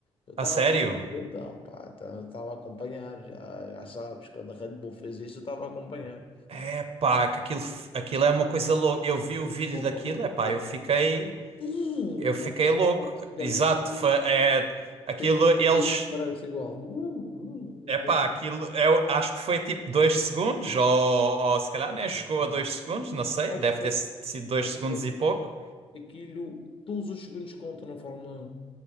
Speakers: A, on the left; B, on the right.
A: Eu estava
B: A sério?
A: a ver, então, pá, estava a acompanhar, já, já sabes, quando a Red Bull fez isso, eu estava a acompanhar.
B: É pá, que aquilo, aquilo é uma coisa louca. Eu vi o vídeo
A: Opa,
B: daquilo,
A: louca,
B: é pá,
A: louca.
B: eu fiquei,
A: Hum,
B: eu fiquei
A: pá,
B: louco.
A: Já viste, já
B: Exato,
A: viste que o
B: foi, é, aquilo
A: país país que eu
B: eles,
A: fui para isso é igual. Uh,
B: é pá, aquilo eu acho que foi tipo dois segundos ou, ou se calhar
A: uh,
B: nem chegou
A: uh.
B: a dois segundos, não sei,
A: Acho
B: deve
A: que
B: ter sido dois
A: acho
B: segundos e pouco.
A: que aquilo, todos os segundos contam na Fórmula 1.